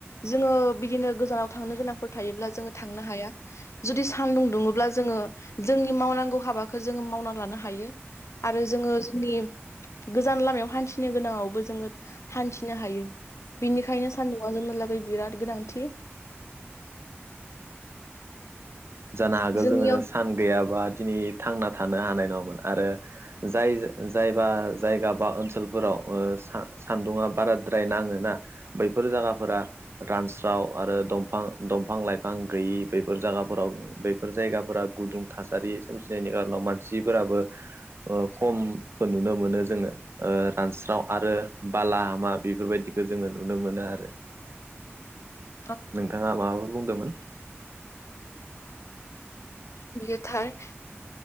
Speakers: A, on the left; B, on the right.
A: जोङो बिदिनो गोजानाव थांनो गोनांफोर थायोब्ला जोङो थांनो हाया। जुदि सानदुं दुङोब्ला जोङो जोंनि मावनांगौ हाबाखौ जोङो मावना लानो हायो। आरो जोङो जोंनि गोजान लामायाव हान्थिनो गोनाङावबो जोङो हान्थिनो हायो। बिनिखायनो सान्दुंङा जोंनोलागै बिराद गोनांथि।
B: जानो हागौ
A: जोंनियाव
B: जोङो सान गैयाबा दिनै थांना थानो हानाय नङामोन आरो जाय जायबा जायगा बा ओनसोलफोराव ओ सान्दुङा बाराद्राय नाङो ना बैफोर जायगाफोरा रानस्राव आरो दंफां-दंफां लाइफां गैयि बैफोर जायगा फोराव बेफोर जायगाफोरा गुदुं थासारि सोमजिनायनि खारनाव मानसिफोराबो ओ खमखो नुनो मोनो जोङो ओ रानस्राव आरो बाला- हामा बेफोरबायदिखौ जोङो नुनो मोनो आरो।
A: <inaudible>
B: नोंथाङा माबाफोर बुंदोंमोन?
A: बियोथार